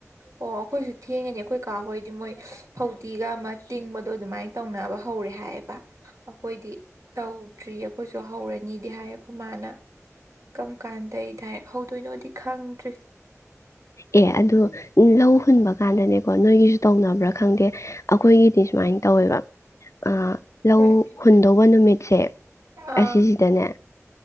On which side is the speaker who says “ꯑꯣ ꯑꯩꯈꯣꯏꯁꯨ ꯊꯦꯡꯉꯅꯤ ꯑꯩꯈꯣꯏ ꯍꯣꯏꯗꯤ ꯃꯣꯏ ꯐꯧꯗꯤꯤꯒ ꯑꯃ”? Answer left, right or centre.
Right